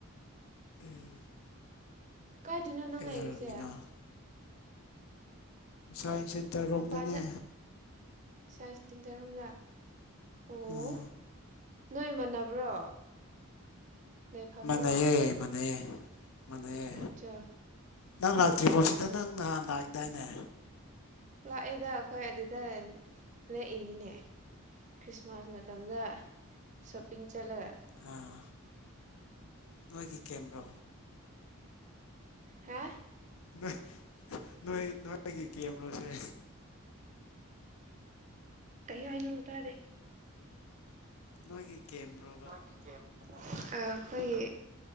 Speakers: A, on the left (about 70°); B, on the right (about 35°).
A: ꯎꯝ
B: ꯀꯥꯏꯗꯅꯣ ꯅꯪ
A: ꯀꯩꯗꯧꯔꯝꯃꯤꯅꯣ
B: ꯂꯩꯔꯤꯁꯦ
A: ꯁꯥꯏꯟꯁ ꯁꯦꯟꯇꯔꯔꯣꯝꯗꯅꯦ
B: ꯃꯄꯥꯟꯗ ꯁꯥꯏꯟꯁ ꯁꯦꯟꯇꯔ ꯔꯣꯝꯔ ꯑꯣ
A: ꯎꯝ
B: ꯅꯣꯏ ꯅꯃꯥꯟꯅꯕ ꯕ꯭ꯔꯣ ꯂꯩꯐꯝꯗꯣ
A: ꯃꯥꯟꯅꯩꯌꯦ ꯃꯥꯟꯅꯩꯌꯦ ꯃꯥꯟꯅꯩꯌꯦ
B: ꯑꯆꯥ
A: ꯅꯪ ꯂꯥꯛꯇ꯭ꯔꯤꯕꯣ ꯁꯤꯗ ꯅꯪ ꯅꯍꯥꯟ ꯂꯥꯛꯑꯦꯗꯥꯏꯅꯦ
B: ꯂꯥꯛꯑꯦꯗ ꯑꯩꯈꯣꯏ ꯑꯗꯨꯗ ꯂꯦꯛꯏꯅꯤꯅꯦ ꯈ꯭ꯔꯤꯁꯃꯥꯁ ꯃꯇꯝꯗ ꯁꯣꯞꯄꯤꯡ ꯆꯠꯂ
A: ꯑꯥ ꯅꯣꯏꯒꯤ ꯀꯦꯝꯔ
B: ꯍꯥꯥ
A: ꯅꯣ ꯅꯣꯏ ꯅꯣꯏꯒꯤ ꯀꯦꯝꯂꯣꯁꯦ
B: ꯀꯩ ꯍꯥꯏꯗꯣꯅꯣ ꯇꯥꯗꯦ
A: ꯅꯣꯏꯒꯤ ꯀꯦꯝꯔꯣꯕ
B: ꯑꯥ ꯑꯩꯈꯣꯏꯒꯤ